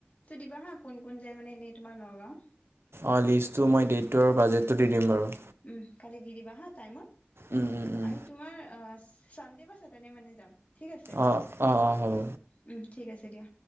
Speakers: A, on the left; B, on the right.
A: <unintelligible> কিবা হা কোন -কোন যায় মানে এনেই তোমাৰ নগাঁও।
B: অহ্ লিষ্টটো মই ডেটটোৰ বাজেটটো দি দিম বাৰু।
A: উম ', কালি দি দিবা হা টাইমত।
B: উম, উম, উম,
A: আমি, তোমাৰ আচ, চানদে বা ছেটাৰডে মানে যাম। ঠিক আছে,
B: অঁ অঁ অঁ হ'ব
A: উম্ ঠিক আছে দিয়া।